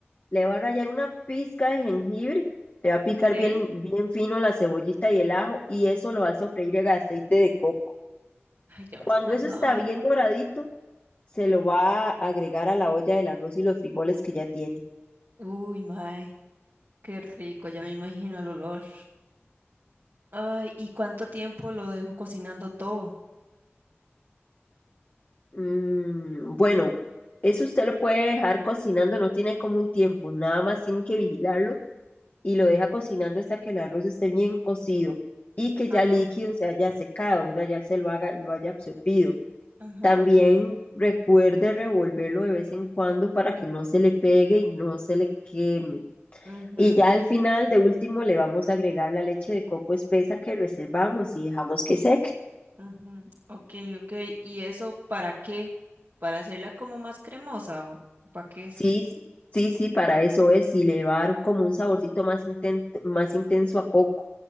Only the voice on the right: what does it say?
Ok.
Ay,
ya
me está dando
hambre.
<laughs>
Uy, mae. Qué rico, ya me imagino el olor. Ay, ¿y cuánto tiempo lo dejo cocinando todo?
Ah,
ok.
Ajá.
ujú.
Ujú, Ok, ok. ¿Y eso para qué? ¿Para hacerla como más cremosa o para qué es?